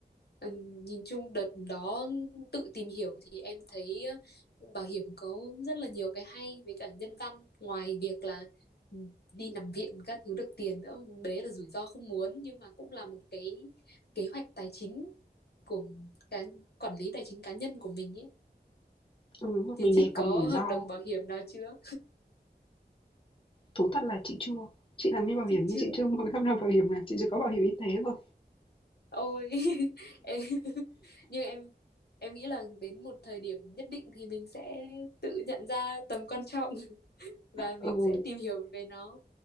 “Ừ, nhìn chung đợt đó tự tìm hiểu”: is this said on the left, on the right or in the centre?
Left